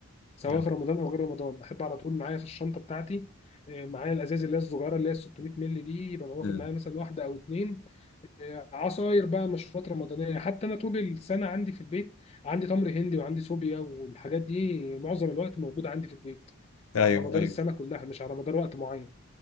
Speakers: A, on the left; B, on the left.
A: سواء
B: يعني
A: في رمضان او غير رمضان احب على طول معايا في الشنطه بتاعتي إيه، معايا الازاز اللي هي الصغيره اللي هي 600 مللي دي يبقى واخد
B: مم.
A: معايا مثلا واحده او اتنين عصاير بقى مشروبات رمضانية حتى أنا طول السنة عندي في البيت عندي تمر هندي وعندي صوبيا والحاجات دي معظم الوقت موجودة عندي في البيت
B: ايوه
A: على مدار
B: ايوه
A: السنة كلها مش على مدار وقت معين